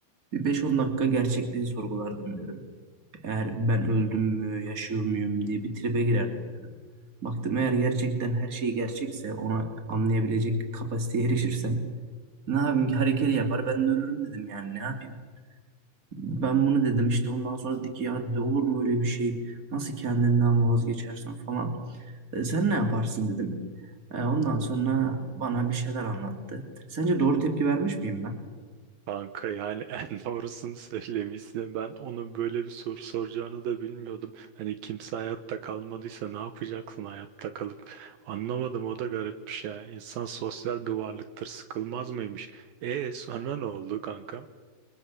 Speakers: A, on the right; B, on the right.
A: Bir beş on dakika gerçekliği sorgulardım dedim. Eğer ben öldüm mü, yaşıyor muyum diye bir tribe girerdim dedim. Baktım eğer gerçekten her şey gerçekse ona anlayabilecek kapasiteye erişirsem ne yapayım ki hareketi yapar ben de ölürüm dedim yani ne yapayım. Ben bunu dedim işte ondan sonra dedi ki ya dedi, olur mu öyle bir şey nasıl kendinden vazgeçersin falan. "E, sen ne yaparsın dedim. E, ondan sonra bana bir şeyler anlattı. Sence doğru tepki vermiş miyim ben?
B: Kanka yani <laughs> en doğrusunu söylemişsin. Ben onun böyle bir soru soracağını da bilmiyordum. Hani kimse hayatta kalmadıysa ne yapacaksın hayatta kalıp? Anlamadım o da garipmiş ya. İnsan sosyal bir varlıktır sıkılmaz mıymış? E sonra ne oldu kankam?